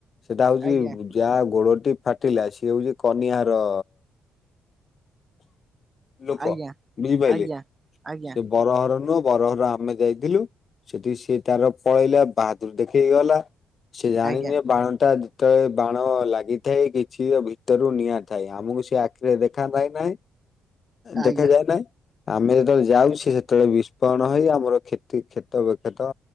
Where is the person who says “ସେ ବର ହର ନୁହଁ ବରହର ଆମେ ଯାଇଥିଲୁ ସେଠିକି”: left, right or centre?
Left